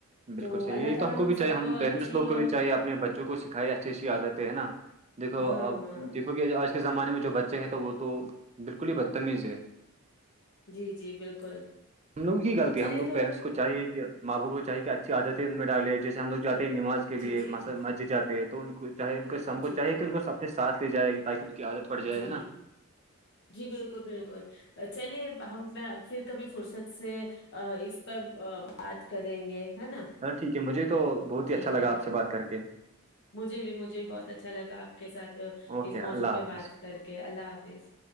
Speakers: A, on the right (about 30°); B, on the left (about 55°).
A: بالکل
B: تو
A: صحیح
B: اللہ
A: یہی تو
B: تعالی
A: ہم کو بھی چاہیے
B: سب
A: ہم پیرنٹس
B: اچھی
A: لوگ کو
B: اور
A: بھی چاہیے اپنے بچوں کو کئی اچھی اچھی عادتیں ہے نا دیکھو
B: ہاں
A: اب
B: ہاں
A: کیکہ آج کے زمانے میں جو بچے ہیں توے وہ تو بالکل ہی بدتمیز ہے
B: جی جی بالکل
A: ہم لووں کی غطی
B: چلیے
A: ہم لوگ
B: تو
A: پیرنٹس کو چاہیے کہ ماں بپ کواہے اچھی عادتیں ان میں ڈالے جیسے ہم لوگاتے نماز کے
B: جی
A: لیے
B: جی جی
A: مسجد جاتے تو ان کو چاہے ان س ہم کو
B: جی
A: چاہے کہ ان کو س اپنے ساتھ لے جائے گا تاکہ ان کی عادت پڑ جائے
B: جی
A: ہے نا
B: جی بالکل بالکل چلیے ہم میں پھر کبھی فرصت سے ا اس پر بات کریں گے ہے نا
A: چلو ٹھیک ہے مجھے تو بہت
B: ٹھیک
A: اچھاگا
B: ہے
A: آپ بات کر کے
B: مجھے بھی مجھے بھی بہت اچھا لگا آپ کے ساتھ
A: اوکے
B: اس
A: اللہ
B: موضوع پہ
A: حافظ
B: بات کر کے اوکے اللہ حافظ